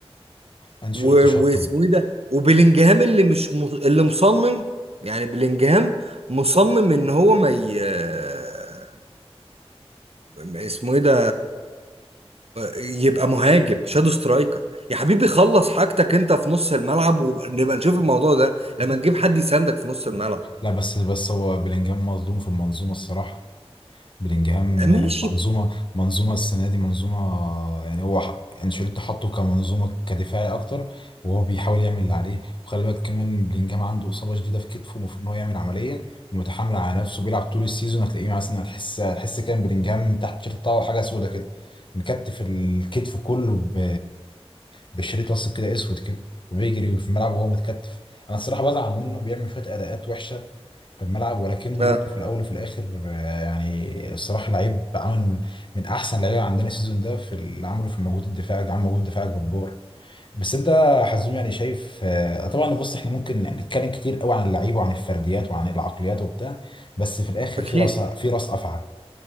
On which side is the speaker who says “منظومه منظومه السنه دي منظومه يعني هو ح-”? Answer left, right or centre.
Left